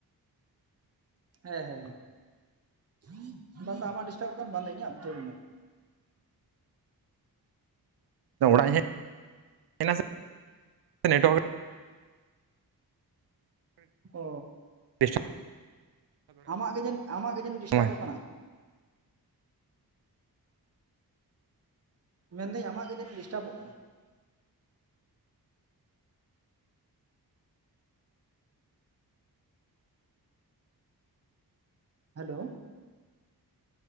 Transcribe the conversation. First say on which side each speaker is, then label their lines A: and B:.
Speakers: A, on the right; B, on the right.
A: ᱦᱮᱸ ᱦᱮᱸ ᱵᱟᱝ ᱫᱚ ᱟᱢᱟᱜ ᱰᱤᱥᱴᱟᱵ ᱠᱟᱱ ᱵᱟᱝ ᱫᱚ ᱤᱧᱟᱹᱜ ᱵᱩᱸᱡᱷᱟᱹᱣ ᱵᱟᱹᱧ ᱧᱟᱢ ᱫᱟ᱾
B: ᱚᱲᱟᱜ ᱤᱧ ᱦᱮᱡ ᱱᱟ ᱥᱮ ᱱᱮᱴ ᱚᱣᱟᱨᱠ
A: ᱚᱻ
B: ᱰᱤᱥᱴᱟᱨᱵ
A: ᱟᱢᱟᱜ ᱜᱮ ᱡᱟᱹᱱᱤᱡ ᱟᱢᱟᱜ ᱜᱮ ᱡᱟᱹᱱᱤᱡ
B: ᱛᱟᱢᱟᱭ
A: ᱰᱤᱥᱴᱟᱵ ᱚᱜ ᱠᱟᱱᱟ᱾ ᱢᱮᱱ ᱫᱟᱹᱧ ᱟᱢᱟᱜ ᱜᱮ ᱡᱟᱸᱱᱤᱡ ᱰᱤᱥᱴᱟᱵ ᱚᱜ ᱠᱟᱱᱟ᱾ ᱦᱮᱞᱳ